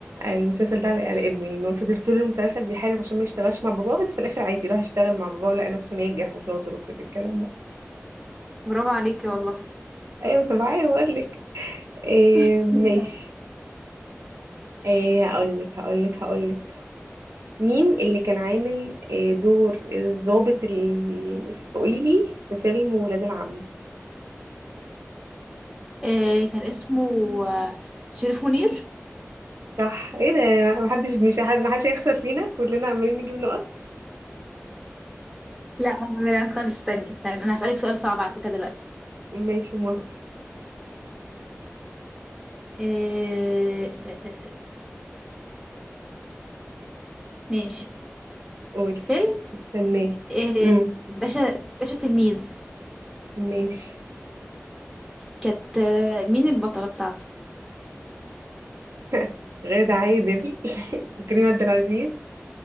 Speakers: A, on the right; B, in the centre.
A: المسلسل ده على على ابنه يعني هو فضل طول المسلسل بيحارب عشان ما يشتغلش مع باباه بس في الاخر عادي راح يشتغل مع باباه ولقى نفسه ناجح وشاطر وكل الكلام ده
B: برافو عليكي والله
A: ايوه طبيعي هقول لك إيه
B: <laughs>
A: ماشي
B: اسألي.
A: إيه هقول لك هقول لك هقول لك مين اللي كان عامل إيه دور الضابط الاسرائيلي في فيلم ولاد العم
B: آه كان اسمه آه، شريف منير
A: صح ايه ده محدش مش حد محدش هيخسر فينا كلنا عمالين نجيب نقط
B: لا انا لا تخافي استني استني انا هسألك سؤال صعب على فكرة دلوقتي
A: ماشي موافقة
B: آه آه، آه، ماشي
A: قولي
B: فيلم
A: مستنيه
B: إيه،
A: امم
B: باشا باشا تلميذ
A: ماشي
B: كانت آه، مين البطلة بتاعته
A: <laughs> غادة عادل <laughs> كريم عبد العزيز